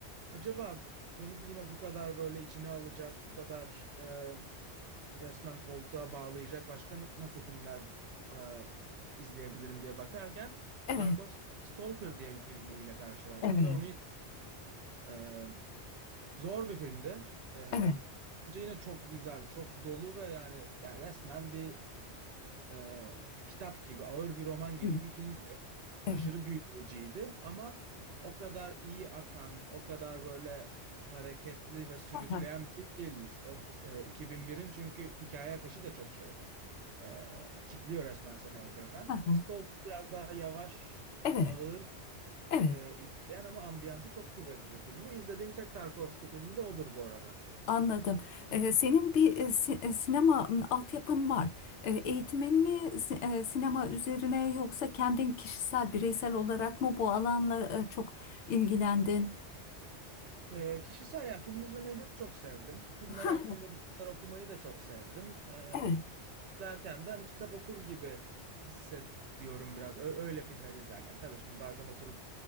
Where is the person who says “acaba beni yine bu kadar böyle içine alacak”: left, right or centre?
Right